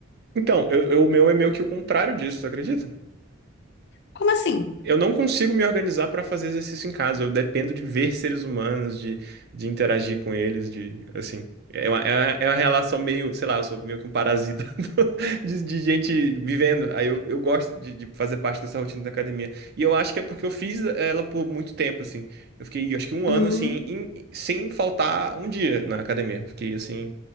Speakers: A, on the right (about 55°); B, on the left (about 55°).
A: Então, eu- eu- o meu é meio que o contrário disso, tu acredita?
B: Como assim?
A: Eu não consigo me organizar para fazer exercício em casa. Eu dependo de ver seres humanos, de, de interagir com eles, de assim. É uma, é uma é uma relação meio, sei lá, eu sou meio que um parasita <laughs> do- de, de gente vivendo. Aí eu, eu gosto de, de fazer parte dessa rotina da academia. E eu acho que é porque eu fiz ela por muito tempo, assim. Eu fiquei, acho que um ano,
B: Hum.
A: assim, em- sem faltar um dia na academia. Fiquei, assim,